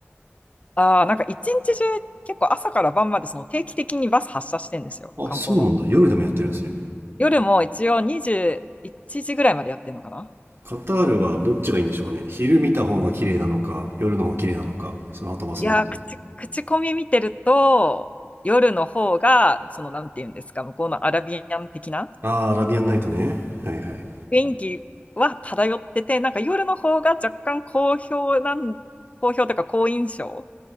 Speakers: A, on the left; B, on the right.
A: ああ、なんか一日中結構朝から晩までその定期的にバス発車してんですよ、
B: あ、
A: 観光の。
B: そうなんだ。夜でもやってるんですね。
A: 夜も一応21時ぐらいまでやってんのかな
B: カタールはどっちがいいんでしょうね。昼見た方が綺麗なのか、夜の方が綺麗なのか、その後バス乗ったら。
A: いやー、口、口コミ見てると、夜の方が、その、なんていうんですか、向こうのアラビアン的な
B: ああ、アラビアンナイトね。はいはい。
A: 雰囲気は漂ってて、なんか夜の方が若干好評なん、好評というか好印象